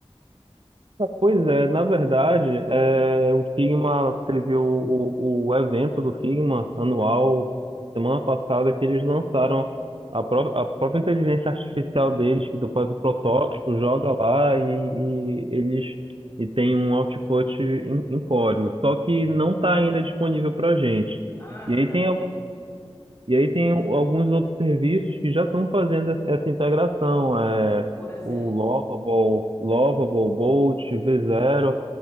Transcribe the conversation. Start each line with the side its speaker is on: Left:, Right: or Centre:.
Right: Pois é, na verdade, é, o Figma teve o, o, o evento do Figma anual semana passada que eles lançaram a, pró a própria inteligência artificial deles, que tu faz o protótipo, joga lá e, e eles e tem um output em, em código. Só que não está ainda disponível para gente.
Left: Ah,
Right: E aí
Left: tá.
Right: tem e aí tem um, alguns outros serviços que já estão fazendo es- essa integração, é,
Left: Por exemplo.
Right: o Lovable, Lovable, Bolt, V0.